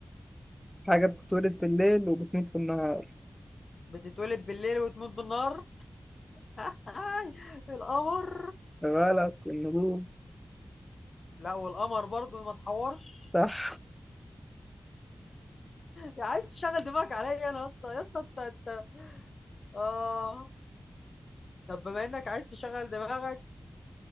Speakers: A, in the centre; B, on the left.
A: حاجه بتتولد في الليل وبتموت في النهار
B: بتتولد بالليل وتموت بالنهار <laughs> القمر
A: غلط النجوم
B: لا والقمر برضو ما تحورش
A: صح
B: يا عايز تشغل دماغك عليا انا يا اسطى يا اسطى انت انت اه طب بما انك عايز تشغل دماغك